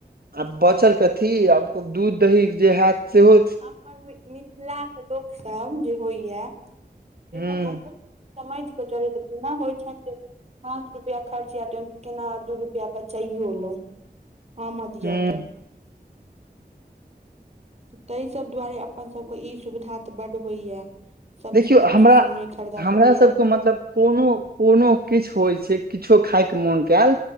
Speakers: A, on the right (about 65°); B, on the right (about 40°).
A: आब बचल कथी आब दूध दही जे हयत सेहो
B: मिथिला के लोक सब जे होइया से
A: ह
B: सब बहुत समयके चर छथि नहि होइ छ जे पाँच रुपआ खर्च य तऽ ओहिमे केना दू रुपआ बचाइयो लो आमद
A: हूँ
B: यऽ तऽ ताहि सभ दुआरे अपन सभके ई सुविधा तऽ बड्ड होइया सब्जी
A: देखियौ
B: तब्जी
A: हमरा
B: सब नहि खरीदय
A: हमरा
B: पड़ैया
A: सबके मतलब कोनो कोनो किछु होइ छै किछो खाय के मोन कल